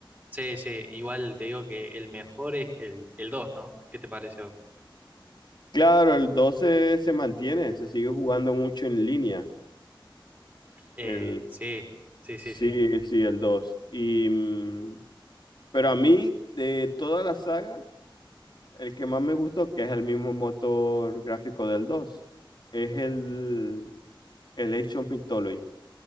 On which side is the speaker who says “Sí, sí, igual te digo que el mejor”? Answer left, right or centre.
Right